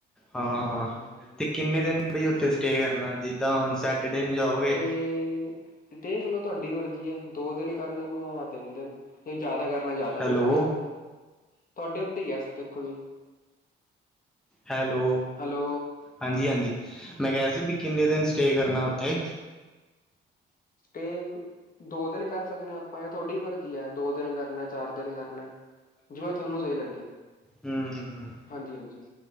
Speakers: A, in the centre; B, on the left.
A: ਹਾਂ-ਹਾਂ,
B: ਹੂੰ
A: ਤੇ ਕਿੰਨੇ ਦਿਨ ਬਈ ਉੱਥੇ ਸਟੇ ਕਰਨਾ? ਜਿੱਦਾਂ ਹੁਣ ਸੈਟਰਡੇ ਨੂੰ ਜਾਓਗੇ।
B: ਤੇ, ਦੇਖ ਲੋ ਤੁਹਾਡੀ ਮਰਜ਼ੀ ਏ, ਦੋ ਦਿਨ ਕਰ ਲੈਂਦੇ ਜਾਂ ਤਿੰਨ ਦਿਨ ਇਹ ਜ਼ਿਆਦਾ ਕਰਨਾ ਜ਼ਿਆਦਾ
A: ਹੈਲੋ
B: ਵੀ ਕਰ ਲੈਂਦੇ ਆ, ਤੁਹਾਡੇ ਉੱਤੇ ਹੀ ਵੇਸੇ ਦੇਖੋ ਜੀ।
A: ਹੈਲੋ,
B: ਹੈਲੋ
A: ਹਾਂਜੀ-ਹਾਂਜੀ, ਮੈਂ ਕਹਿ ਰਹਾ ਸੀ ਵੀ ਕਿੰਨੇ ਦਿਨ ਸਟੇ ਕਰਨਾ ਉੱਥੇ?
B: ਤੇ ਦੋ ਦਿਨ ਕਰ ਸਕਦੇ ਹਾਂ ਆਪਾਂ ਯ ਤੁਹਾਡੀ ਮਰਜ਼ੀ ਐ। ਦੋ ਦਿਨ ਕਰਨਾ, ਚਾਰ ਦਿਨ ਕਰਨਾ। ਜਿਵੇਂ ਤੁਹਾਨੂੰ ਸਹੀ ਲੱਗੇ।
A: ਹਮਮਮਮ।
B: ਹਾਂਜੀ ਹਾਂਜੀ